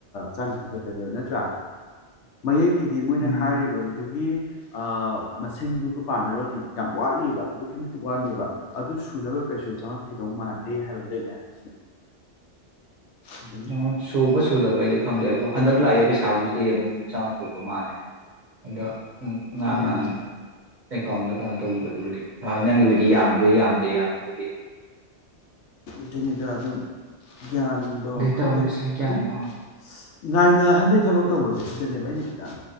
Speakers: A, on the left; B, on the right.
A: ꯆ ꯍ ꯈꯠꯇꯅꯦꯕ ꯅꯠꯇ꯭ꯔꯥ ꯃꯌꯦꯛ ꯀꯤꯗꯤ ꯃꯣꯏꯅ
B: ꯎꯝ
A: ꯍꯥꯏꯔꯤꯕ ꯑꯗꯨꯒꯤ ꯑ ꯃꯁꯤꯡꯗꯨꯒ ꯄꯥꯟꯅꯔꯨꯔꯗꯤ ꯌꯥꯝ ꯋꯥꯠꯂꯤꯕ ꯋꯥꯠꯂꯦꯕ ꯑꯗꯨ ꯁꯨꯅꯕ ꯀꯩꯁꯨ ꯆꯪꯉꯛꯈꯤꯗꯧ ꯃꯥꯟꯗꯦ ꯍꯥꯏꯕꯅꯤꯗ ꯑꯩꯅ ꯍꯥꯏꯅꯤꯡ ꯑꯗꯨꯝ
B: ꯑꯣ ꯁꯨꯕ ꯁꯨꯗꯕ ꯑꯩꯗꯤ ꯈꯪꯗꯦ ꯑꯗꯣ ꯍꯟꯗꯛ ꯂꯥꯛꯏ ꯄꯩꯁꯥꯕꯨ ꯗꯤ ꯑꯗꯨꯝ ꯆꯥꯛ ꯇꯨꯕ ꯃꯥꯜꯂꯦ ꯑꯗꯣ ꯎꯝ
A: ꯎꯝ
B: ꯅꯥꯅꯤ <unintelligible> ꯑꯦꯀꯥꯎꯟꯗ ꯀꯅꯥ ꯇꯧꯔꯨꯒꯗꯧꯔꯤꯒꯦꯍꯣꯢ ꯅꯪꯒꯤꯕꯨꯗꯤ ꯌꯥꯝꯗꯤ ꯌꯥꯝꯗꯦ ꯌꯥꯝꯕꯨꯗꯤ
A: ꯑꯗꯨꯅꯤꯗ ꯑꯗꯨꯝ ꯒ꯭ꯌꯥꯟꯗꯣ ꯈꯪꯗꯦ
B: ꯇꯧꯔꯤꯁꯦ ꯒ꯭ꯌꯥꯟ
A: ꯑꯗꯨꯝ
B: ꯉꯥꯎꯔꯦ
A: ꯉꯥꯏꯅꯍꯟꯕꯩ ꯊꯕꯛ ꯇꯧꯕꯁꯦ ꯁꯤꯗꯅꯦꯕ ꯑꯩꯅ ꯈꯤꯇꯪ